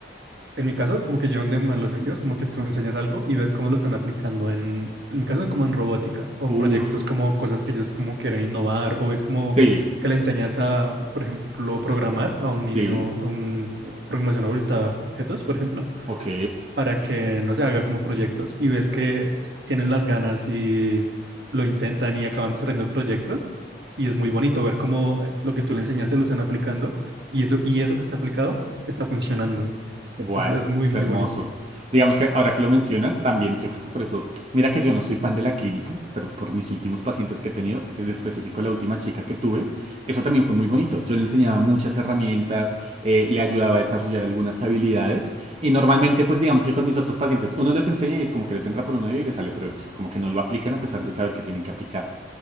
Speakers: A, on the right (about 70°); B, on the right (about 35°).
A: En mi caso, como que yo en de malos
B: Ujú.
A: sentidos, como que tú enseñas algo y ves cómo lo están aplicando en, en mi caso, como en robótica o en
B: Uf,
A: proyectos como cosas que ellos como quieren innovar o ves como
B: sí,
A: que le enseñas a, por ejemplo, programar a un niño,
B: sí.
A: a un eh, programación orientada a objetos, por ejemplo,
B: Ok,
A: para que no se haga como proyectos y ves que tienen las ganas y lo intentan y acaban desarrollando proyectos y es muy bonito ver cómo eh, lo que tú le enseñaste lo están aplicando y eso, y eso que está aplicado está funcionando.
B: buah,
A: Es, es
B: es,
A: muy,
B: es
A: muy
B: hermoso.
A: bonito.
B: Digamos que ahora que lo mencionas, también yo creo que por eso, mira que yo no soy fan de la clínica, pero por mis últimos pacientes que he tenido, en específico la última chica que tuve, eso también fue muy bonito. Yo le enseñaba muchas herramientas, eh, le ayudaba a desarrollar algunas habilidades y normalmente pues digamos que con mis otros pacientes uno les enseña y es como que les entra por un oído y les sale por el otro, como que no lo aplican a pesar de saber que tienen que aplicarlo.